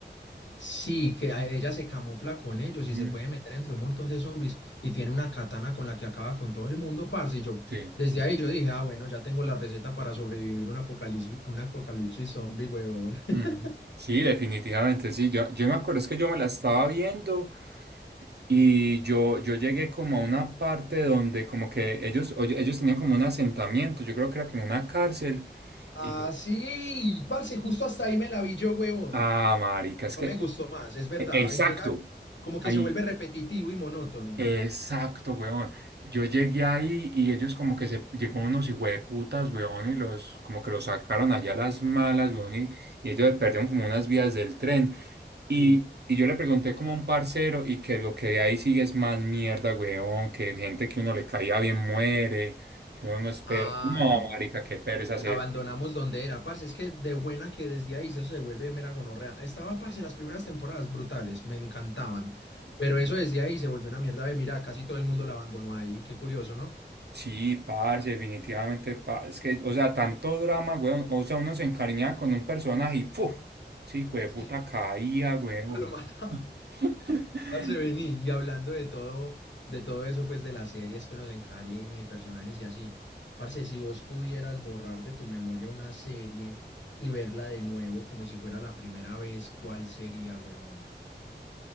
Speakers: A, on the left; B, on the right.
A: Sí, que a- ella se camufla con ellos
B: Ujú,
A: y se puede meter entre un montón de zombies y tiene una katana con la que acaba con todo el mundo, parce. Y yo,
B: Sí.
A: desde ahí yo dije, ah, bueno, ya tengo la receta para sobrevivir un apocalipsis, un apocalipsis zombie, huevón. <laughs>
B: ujú. Sí, definitivamente, sí. Yo, yo me acuerdo es que yo me la estaba viendo y yo, yo llegué como a una parte donde como que ellos, oye, ellos tenían como un asentamiento, yo creo que era como una cárcel.
A: Ah,
B: Y yo,
A: sí, parce, justo hasta ahí me la vi yo, huevón.
B: ah, marica, es
A: No
B: que...
A: me gustó más, es verdad.
B: e- Exacto.
A: Llega como que
B: Ahí.
A: se vuelve repetitivo y monótono.
B: Exacto, weón. Yo llegué ahí y ellos como que se llegó unos hijueputas, weón, y los como que los sacaron allá a las malas, weón, y, y ellos perdieron como unas vías del tren. Y,
A: Sí.
B: y yo le pregunté como a un parcero y que lo que de ahí sigue es más mierda, weón, que gente que uno le caía bien muere, que uno no espera.
A: Ah,
B: No,
A: no.
B: marica, qué pereza
A: La
B: hacer.
A: abandonamos donde era, parce. Es que de buena que desde ahí eso se vuelve mera gonorrea. Estaba, parce, las primeras temporadas brutales, me encantaban. Pero eso desde ahí se volvió una mierda de mira, casi todo el mundo la abandonó ahí. Qué curioso, ¿no?
B: Sí, parce, definitivamente, parce. Es que, o sea, tanto drama, weón. O sea, uno se encariñaba con un personaje y ¡puf! Sí, puta
A: Sí.
B: caía, weón.
A: Al menos lo mataban.
B: <laughs>
A: Parce, vení. Y hablando de todo, de todo eso, pues de las series que uno se encariña y personajes y así. Parce, si vos pudieras borrar de tu memoria una serie y verla de nuevo como si fuera la primera vez, ¿cuál sería, huevón?